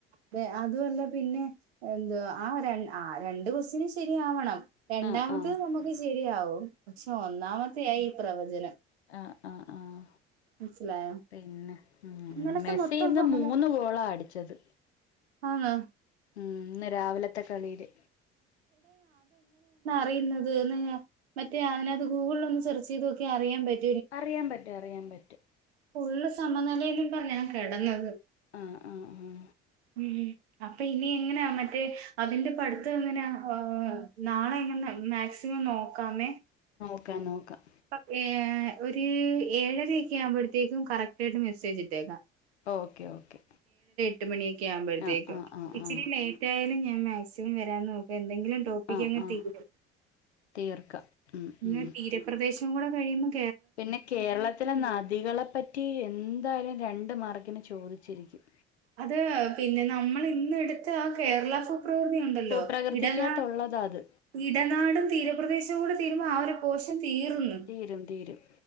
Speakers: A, on the right; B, on the left.
A: അതെ അതു അല്ല പിന്നെ എന്തുവാ ആ രണ്ട് ആ രണ്ട് കൊസ്റ്റ്യന് ശെരിയാവണം രണ്ടാമത്തേത്
B: ആഹ് ആഹ്
A: നമക്ക് ശെ രിയാവും പക്ഷെ ഒന്നാമത്ത്യായി പ്രവചനം
B: ആ ആ ആഹ്
A: മനസ്സിലായോ
B: പിന്നെ
A: ഇന്നലത്തെ
B: മെസ്സീന്ന്
A: മൊത്തം സമത
B: മൂന്ന് ഗോളാ അടിച്ചത്
A: ആന്ന്
B: ഉം ഇന്ന് രാവിലത്തെ കളിയില്
A: റിയുന്നത് ന്ന് മറ്റേ അതിനകത്ത് ഗൂഗിളിൽ ഒന്നും സെർച്ച് ചെയ്ത് നോക്ക്യാ അറിയാൻ പറ്റ
B: അറിയാൻ പറ്റും അറിയാൻ പറ്റും
A: ഫുള്ള് സമനിലയിലും പറഞ്ഞാ കിടന്നത്
B: ആഹ് ആഹ് ആഹ്
A: ഉം അപ്പൊ ഇനി എങ്ങനാ മ ഏ അതിന്റെ പഠ്ത്തം എങ്ങനാ ഏ നാളെ എങ്ങനാ മാ ക്സിമം നോക്കാമേ
B: നോക്കാം നോക്കാം
A: അപ്പൊ ഏ ഒരു ഏഴരയൊക്കെ ആവുമ്പോഴത്തേക്കും കറക്റ്റായിട്ട് മെസ്സേജ് ഇട്ടേക്ക
B: ഓക്കെ ഓക്കെ
A: ട്ട് മണിക്ക് ആവുമ്പോഴത്തേക്കും
B: ആഹ് ആഹ് ആഹ്
A: ഇച്ചിരി
B: ആഹ്
A: ലൈറ്റായാലും ഞാൻ മാക്സിമം വരാൻ നോകാ <unintelligible> എന്തെങ്കിലും ടോപ്പിക്ക്
B: ആഹ്
A: അങ്ങെ
B: ആഹ്
A: തീരോ
B: തീർക്കാം ഉം
A: ഇന്ന്
B: ഉം
A: തീരപ്രദേശ ന്നൂടെ കഴിയുമ്പം
B: പിന്നെ കേരളത്തിലെ നദികളെ പറ്റി എന്തായാലും രണ്ട് മാർക്കിന് ചോദിച്ചിരിക്കും
A: അത് പിന്നെ നമ്മൾ ഇന്നെടുത്ത് ആ കേരള ഫൊ പ്രവൃതി ഉണ്ടല്ലോ
B: ഭൂപ്രകൃതിക്കകത്തുള്ളതാ
A: ഇടന
B: അത്
A: ഇടനാടും തീരപ്രദേശവും കൂടെ തി സിമം ആ ഒരു പോഷൻ തീർന്ന്
B: തീരും തീരും